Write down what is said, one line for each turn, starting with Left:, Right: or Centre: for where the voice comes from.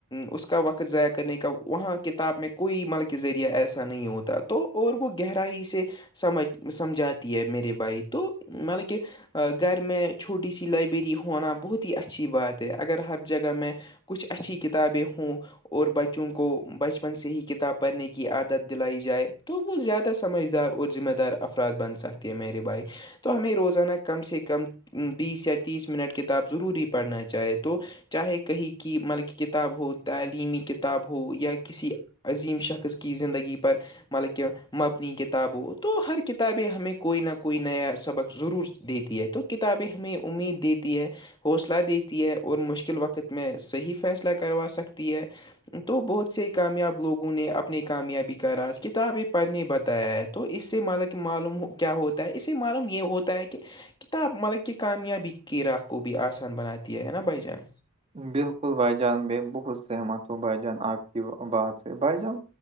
Left: اس کا وقت ضائع کرنے کا وہاں کتاب میں کوئی مل کے ذریعہ ایسا نہیں ہوتا تو اور وہ گہرائی سے سمجھ سمجھاتی ہے میرے بھائی تو مطلب کہ گھر میں چھوٹی سی لائبریری ہونا بہت ہی اچھی بات ہے اگر ہر جگہ میں کچھ اچھی کتابیں ہوں اور بچوں کو بچپن سے ہی کتاب پڑنے کی عادت دلائی جائے تو وہ زیادہ سمجھدار اور ذمہ دار افر فرت بن سکتی ہے میری بھائی تو ہمیں روزانہ کم سے کم بیس یا تیس منٹ کتاب ضروری پڑھنا چاہے تو چاہے کہیں کی مر کی کتاب ہو تعلیمی کتاب ہو یا کسی عظیم شخص کی زندگی پر مطلب کہ مبنی کتابوں تو ہر کتابیں ہمیں کوئی نہ کوئی نیا سبق ضرور دیتی ہے تو کتابیں ہمیں امید دیتی ہے حوصلہ دیتی ہے اور مشکل وقت میں صحیح فیصلہ کروا سکتی ہے تو بہت سے ہی کامیاب لوگ انہیں اپنی کامیابی کا راج کتابیں پڑھنے بتایا ہے تو اس سے مطا کہ معلوم ہو کیا ہوتا ہے اسے معلوم یہ ہوتا ہے کہ کتاب مطلب کہ کامیابی کی راہ کو بھی آسان بناتی ہے نا بھائی جان
Right: بالکل بائی جان ب بہت سہمت ہ ہو بائی جان آپ کی بات سے بائی جان